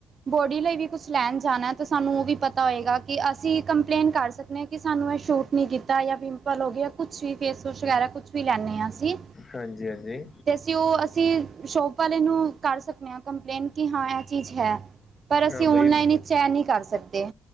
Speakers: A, on the right; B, on the left.
A: ਬੋਡੀ ਲਈ ਵੀ ਕੁਛ ਲੈਣ ਜਾਣਾ ਤਾਂ ਸਾਨੂੰ ਉਹ ਵੀ ਪਤਾ ਹੋਏਗਾ ਕਿ ਅਸੀਂ ਕੰਪਲੇਂਨ ਕਰ ਸਕਦੇ ਹਾਂ ਕਿ ਸਾਨੂੰ ਇਹ ਛੋਟ ਨਈਂ ਕੀਤਾ ਜਾਂ ਪਿੰਪਲ ਹੋ ਗਿਆ ਕੁਛ ਵੀ ਫੇਸਵਾਸ਼ ਵਗੈਰਾ ਕੁਛ ਵੀ ਲੈਂਦੇ ਆਂ ਅਸੀਂ
B: ਹਾਂਜੀ ਹਾਂਜੀ
A: ਤੇ ਅਸੀਂ, ਉਹ ਅਸੀਂ, ਸ਼ੋਪ ਵਾਲੇ ਨੂੰ, ਕਰ ਸਕਦੇ ਹਾਂ ਕੰਪਲੇਂਨ ਕਿ ਹਾਂ ਇਹ ਚੀਜ਼ ਹੈ। ਪਰ ਅਸੀਂ
B: ਹਾਂ ਬਈ
A: ਔਨਲਾਈਨ ਇਚ ਏ ਨਈਂ ਕਰ ਸਕਦੇ।